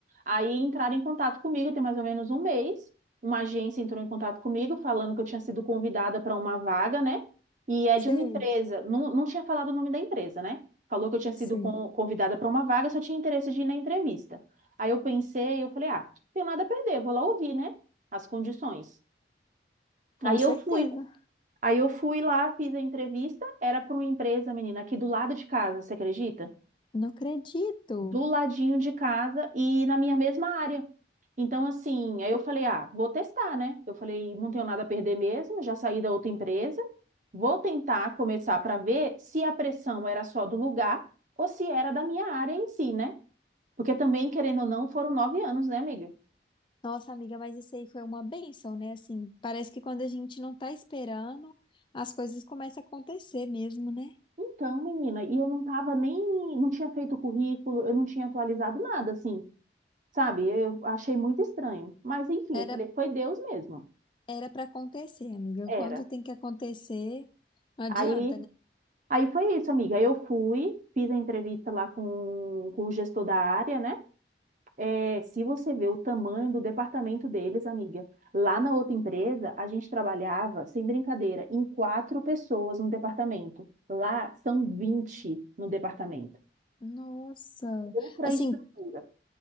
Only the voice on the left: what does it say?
sei,
sei.
Com
certeza.
Não acredito.
Nossa, amiga, mas isso aí foi uma bênção, né? Assim, parece que quando a gente não tá esperando, as coisas começam a acontecer mesmo, né?
Era
era para acontecer, amiga.
Quando tem que acontecer, não adianta,
né?
Nossa.
Assim,